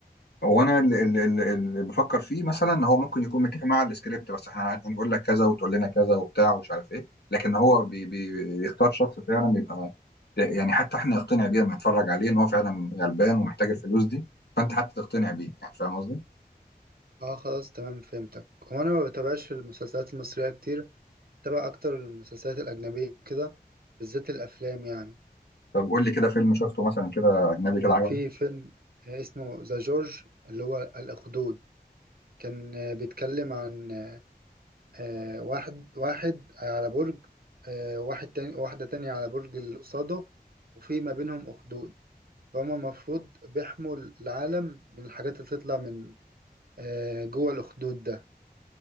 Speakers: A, on the left; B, on the right.
A: هو انا اللي, اللي, اللي اللي بفكر فيه مثلا ان هو ممكن يكون متفق مع السكريبت بس احنا هنقول لك كذا وتقول لنا كذا وبتاع ومش عارف ايه لكن هو بي بي بيختار شخص فعلا بيبقى يعني حتى احنا نقتنع بيه لما نتفرج عليه ان هو فعلا غلبان ومحتاج الفلوس دي فانت حتى تقتنع بيه يعني فاهم قصدي؟
B: اه خلاص تمام فهمتك هو انا ما بتابعش المسلسلات المصرية كتير بتابع اكتر المسلسلات الاجنبية كده بالذات الافلام يعني
A: طب قول لي كده فيلم شفته مثلا كده اجنبي
B: آه،
A: كده عجبك
B: في فيلم آه، اسمه ذا جورج اللي هو الاخدود كان آه، بيتكلم عن آه، آه، واحد واحد على برج آه، واحد تاني واحدة تانية على برج اللي قصاده وفي ما بينهم اخدود فهما المفروض بيحموا العالم من الحاجات اللي تطلع من آه، جوه الاخدود ده